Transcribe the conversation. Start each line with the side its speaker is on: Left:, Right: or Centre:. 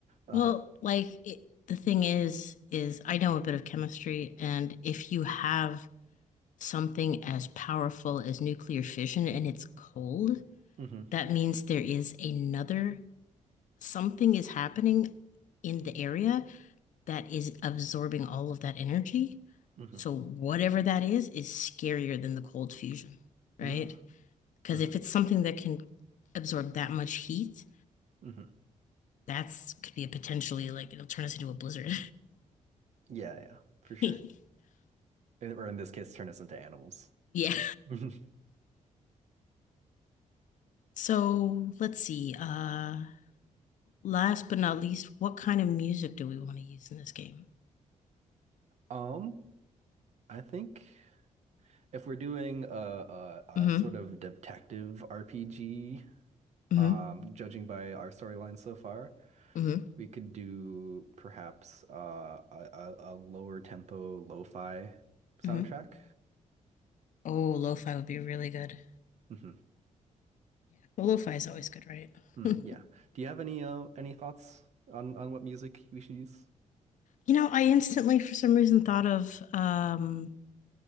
Right: Uh-huh.
Left: Well, like it, the thing is, is I know a bit of chemistry, and if you have something as powerful as nuclear fission and it's cold,
Right: Mm-hmm.
Left: that means there is another something is happening in the area that is absorbing all of that energy.
Right: Mm-hmm.
Left: So whatever that is is scarier than the cold fusion, right?
Right: Mm.
Left: Because
Right: Mm-hmm.
Left: if it's something that can absorb that much heat,
Right: Mm-hmm. hmm
Left: that's could be a potentially like it'll turn us into a blizzard.
Right: Yeah, yeah, for sure.
Left: <laughs>
Right: And, or in this case, turn us into animals.
Left: yeah.
Right: Mhm.
Left: <laughs> so let's see. Uh last but not least, what kind of music do we want to use in this game?
Right: Um, I think if we're doing a, a, a
Left: Mm-hmm.
Right: sort of detective RPG,
Left: Mm-hmm.
Right: um, judging by our storyline so far.
Left: Mm-hmm.
Right: We could do perhaps uh, a, a, a lower tempo lo-fi soundtrack.
Left: Mm-hmm. Oh, lo-fi would be really good.
Right: Mm-hmm. hmm
Left: Yeah. Well, lo-fi is always good, right?
Right: Mm,
Left: <laughs>
Right: yeah. Do you have any uh, any thoughts on on what music we should use?
Left: You know, I instantly, for some reason, thought of um,